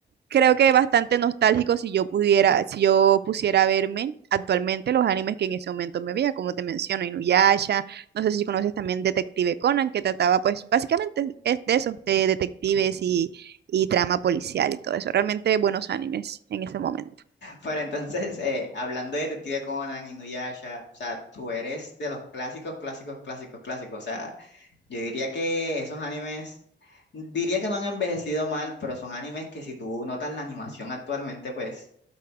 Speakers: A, on the right; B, on the left.
A: creo que bastante nostálgico si yo pudiera, si yo pusiera verme actualmente los animes que en ese momento me veía, como te menciono, Inuyasha, no sé si conoces también Detective Conan, que trataba pues básicamente es de eso, de detectives y, y trama policial y todo eso, realmente buenos animes en ese momento.
B: Pero entonces, eh, hablando de Detective Conan, Inuyasha, o sea, tú eres de los clásicos, clásicos, clásicos, clásicos. O sea, yo diría que esos animes, diría que no han envejecido mal, pero son animes que si tú notas la animación actualmente, pues